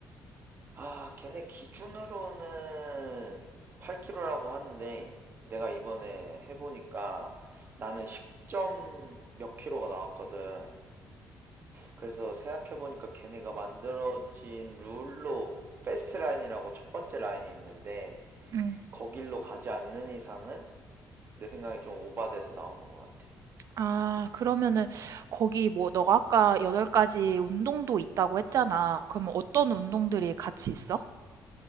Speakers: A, on the right; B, on the right.
A: 아, 걔네 기준으로는 8kg라고 하는데, 내가 이번에 해보니까 나는 10점 몇 킬로가 나왔거든. 그래서 생각해보니까 걔네가 만들어진 룰로, 패스트 라인이라고 첫 번째 라인이 있는데,
B: 음.
A: 거길로 가지 않는 이상은 내 생각에 좀 오바돼서 나오는 것 같아.
B: 아 그러면은 거기 뭐 너가 아까 8가지 운동도 있다고 했잖아. 그러면 어떤 운동들이 같이 있어?